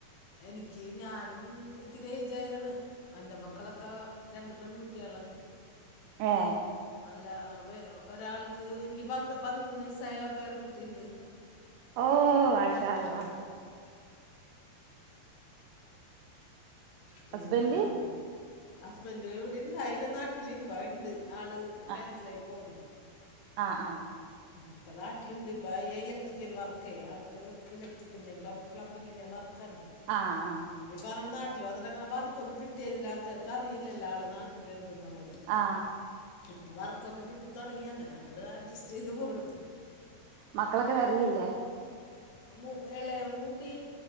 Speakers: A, on the left; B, on the right.
A: എനിക്ക് ഞാൻ ഇത്തി പായതാണ് എൻ്റെ മക്കളൊക്കെ രണ്ട് പെൺകുട്ടികളാണ്.
B: ഏ
A: ല്ല ഒരാൾക്ക് എനിക്ക് പ പതിമൂന്ന് വയസായ പേര കുട്ടിയണ്ട്
B: ഓ മാഷാ
A: ആ
B: അല്ലാഹ്
A: പിന്നെ
B: ഹസ്ബൻഡ്
A: ഹസ്ബൻഡ വിടെ ഇണ്ടായില്ല, നാട്ടില് ഇപ്പ ഉണ്ട് ആൾ
B: ആ
A: ക്യാൻസലായി പോന്നു
B: ആ ആ
A: ഇപ്പൾ നാട്ടിലുണ്ട് ഇപ്പൾ ഇലക്ട്രിക്കൽ വർക്ക് ആൾക്ക് ഇലക്ട്രിക്കലിം പ്ലംബിങ്ങിൻ്റെ വർക്ക്
B: ആ ആ
A: പറഞ്ഞ എന്നി അങ്ങന വർക്കൊന്നും കിട്ടിയരുന്നില്ല ആൾക്കാർക്ക് അറിയില്ല ആള് നാട്ടിലണ്ട് ന്നുള്ളത്
B: ആ
A: ഇപ്പൾ വർക്കൊക്കെ കിട്ടി തുടങ്ങി അങ്ങനെ അങ്ങോട്ട് അഡ് ചെയ്തു പോണം
B: മക്കളൊക്കെ വരലില്ലേ
A: ഉ എളകുട്ടി